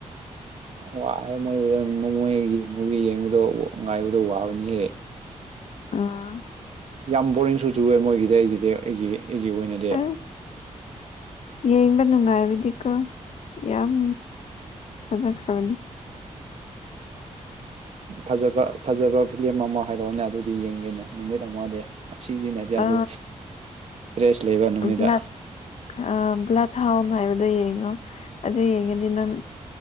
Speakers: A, on the right; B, on the left.
A: ꯋꯥꯍꯦ ꯃꯣꯏ ꯃ ꯃꯣꯏꯒꯤ ꯃꯨꯚꯤ ꯌꯦꯡꯕꯗꯣ ꯉꯥꯏꯕꯗꯣ ꯋꯥꯕꯅꯤꯍꯦ
B: ꯑꯥ
A: ꯌꯥꯝ ꯕꯣꯔꯤꯡꯁꯨ ꯆꯨꯋꯦ ꯃꯣꯏꯒꯤꯗꯤ ꯑꯩꯒꯤꯗꯤ ꯑꯩꯒꯤ ꯑꯩꯒꯤ ꯑꯣꯏꯅꯗꯤ
B: ꯎꯝ ꯌꯦꯡꯕ ꯅꯨꯡꯉꯥꯏꯕꯗꯤꯀꯣ ꯌꯥꯝ ꯐꯖꯈ꯭ꯔꯕꯅꯦ
A: ꯐꯖꯕ ꯐꯖꯕ ꯐꯤꯂꯝ ꯑꯃ ꯍꯥꯏꯔꯛꯑꯣꯅꯦ ꯑꯗꯨꯗꯤ ꯌꯦꯡꯒꯦꯅꯦ ꯅꯨꯃꯤꯠ ꯑꯃꯗꯤ ꯑꯁꯤꯁꯤꯅꯦꯗꯤ ꯑꯣ
B: ꯑ
A: ꯗ꯭ꯔꯦꯁ ꯂꯩꯕ ꯅꯨꯃꯤꯠꯇ
B: ꯕ꯭ꯂꯦꯛ ꯑ ꯕ꯭ꯂꯠ ꯍꯥꯎꯟ ꯍꯥꯏꯕꯗꯣ ꯌꯦꯡꯉꯣ ꯑꯗꯨ ꯌꯦꯡꯉꯗꯤ ꯅꯪ